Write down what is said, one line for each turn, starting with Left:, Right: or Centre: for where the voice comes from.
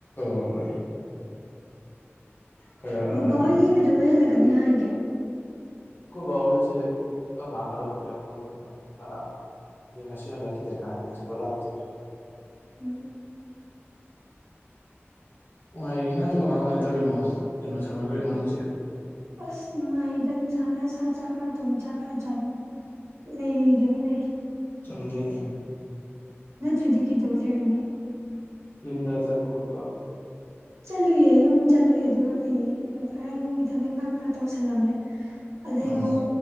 Left: ꯍꯣ ꯍꯣꯏ ꯈꯔ ꯑꯗꯨꯃꯥꯏꯅ
Right: ꯕꯕꯥ ꯍꯣꯏꯗꯤ ꯀꯩꯗꯧꯉꯩ ꯍꯜꯂꯛꯀꯅꯤ ꯍꯥꯏꯒꯦ
Left: ꯑꯩꯈꯣꯏ ꯕꯥ ꯍꯣꯏꯁꯦ ꯀꯝꯀꯟ ꯍꯜꯂꯛ ꯀꯗꯣꯢꯅꯣ ꯈꯪꯗꯦ ꯃꯣꯏ ꯉꯁꯤ ꯍꯜꯂꯛꯀꯦ ꯍꯥꯏꯕꯅꯦ ꯍꯧꯖꯤꯛꯐꯧ ꯂꯛꯇꯦ
Right: ꯎꯝ
Left: ꯅꯨꯡꯉꯥꯏꯔꯤ ꯅꯪꯗꯤ ꯀꯃꯥꯏ ꯀꯃꯥꯏꯅ ꯇꯧꯔꯤꯅꯣ ꯀꯩꯅꯣ ꯁꯝꯃꯔ ꯕ꯭ꯔꯦꯛ ꯃꯅꯨꯡꯁꯦ
Right: ꯑꯁ ꯅꯨꯡꯉꯥꯏꯌꯦꯗ ꯅꯨꯡꯁ ꯈꯔ ꯁꯥ ꯆꯥꯛ ꯈꯔ ꯊꯣꯡ ꯆꯥꯛ ꯈꯔ ꯆ ꯑꯗꯨꯝ ꯂꯩꯗꯨꯅꯤ ꯂꯩ
Left: ꯆꯟꯗꯦꯅꯦ
Right: ꯅꯠꯇꯔꯗꯤ ꯀꯩꯗꯧꯔ ꯂꯩꯔꯅꯤ
Left: ꯌꯨꯝꯗ ꯆꯠꯄ ꯀꯣꯠꯄ
Right: ꯆꯠꯂꯨꯏꯌꯦ ꯌꯨꯝ ꯆꯠꯂꯨꯏ ꯑꯗꯨꯒ ꯐꯤ ꯈꯔ ꯌꯨꯝꯒꯤ ꯊꯕꯛ ꯏꯟꯈꯥꯡ ꯈꯔ ꯇꯧꯁꯜꯂꯝꯃꯦ ꯑꯗꯩ
Left: ꯎꯝ
Right: ꯃꯨꯛ